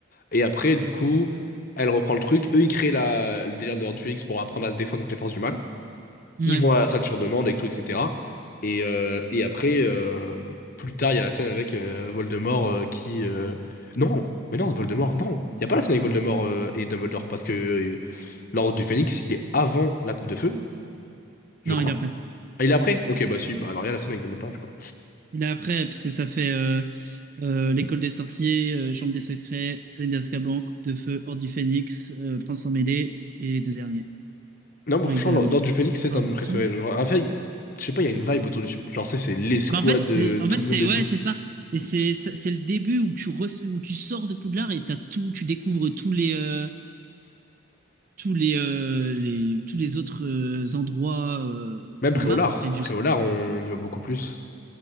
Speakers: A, on the left (about 45°); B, on the right (about 40°).
A: Et après, du coup, elle reprend le truc. Eux, ils créent la... le délire de l'Ordre du Phénix pour apprendre à se défendre contre les forces du mal.
B: Ouais.
A: Ils vont à la salle sur demande, et tout, etc. Et, euh, et après, euh, plus tard, il y a la scène avec euh, Voldemort euh, qui. euh, Non! Mais non, c'est Voldemort, non! Il n'y a pas la scène avec Voldemort euh, et Dumbledore, parce que euh, l'Ordre du Phénix, il est avant la Coupe de Feu, je
B: non,
A: crois.
B: il est après.
A: Ah, il est après? Ok, bah si, bah alors il y a la scène avec Dumbledore, du coup.
B: Il est après, parce que ça fait euh, euh, l'école des sorciers, euh, chambre des secrets, prisonnier d'Azkaban, coupe de feu, horde du phénix, euh, prince en mêlée, et les deux derniers,
A: Non, mais
B: relique
A: franchement,
B: de la
A: l'Ordre
B: mort.
A: du Phénix, c'est
B: Enfin,
A: un de mes
B: il
A: préférés.
B: me semble-
A: Genre, en fait, il- je sais pas, il y a une vibe autour du film. Genre, c'est c'est l'escouade,
B: bah, en fait, c'est,
A: de
B: en
A: tout
B: fait,
A: le
B: c'est,
A: monde et
B: ouais,
A: tout.
B: c'est ça. Et c'est, c'est c'est le début où tu, re- où tu sors de Poudlard et t'as tout, tu découvres tous les, euh, tous les, euh, les, tous les autres euh, endroits euh,
A: Même
B: de
A: Préolard.
B: la map, en fait, juste.
A: Préolard, on y va beaucoup plus.